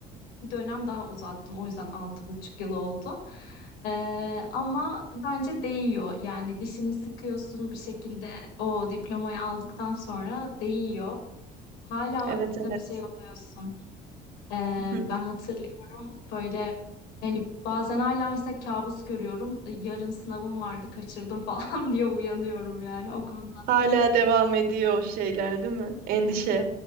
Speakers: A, on the left; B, on the right.
A: dönem daha uzattım. O yüzden altı buçuk yıl oldu. E, ama bence değiyor. Yani dişini sıkıyorsun bir şekilde o diplomayı aldıktan sonra değiyor. Hala
B: Evet
A: tabii
B: evet.
A: şey oluyorsun. Ee,
B: Hı hı.
A: ben hatırlıyorum böyle yani bazen hala mesela kabus görüyorum. Ee, Yarın sınavım vardı kaçırdım falan <laughs> diye uyanıyorum yani o konuda.
B: Hala devam ediyor o şeyler değil mi? Endişe,